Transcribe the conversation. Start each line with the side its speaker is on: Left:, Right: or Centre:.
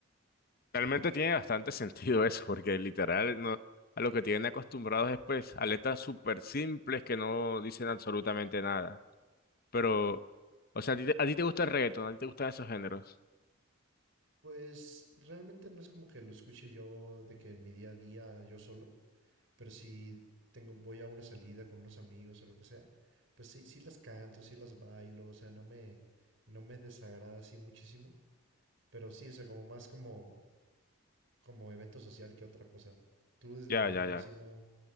Left: Realmente tiene bastante <laughs> sentido eso, porque literal no, a lo que tienen acostumbrados es pues a letras súper simples que no dicen absolutamente nada. Pero, o sea, a ti te, a ti te gusta el reggaetón, a ti te gustan esos géneros.
Right: Pues realmente no es como que lo escuche yo de que en mi día a día yo solo, pero si tengo, voy a una salida con unos amigos o lo que sea, pues sí, sí las canto, sí las bailo, o sea, no me, no me desagrada así muchísimo, pero sí, o sea, como más como, como evento social que otra cosa. ¿Tú desde
Left: Ya,
Right: que de
Left: ya,
Right: plano
Left: ya.
Right: así no,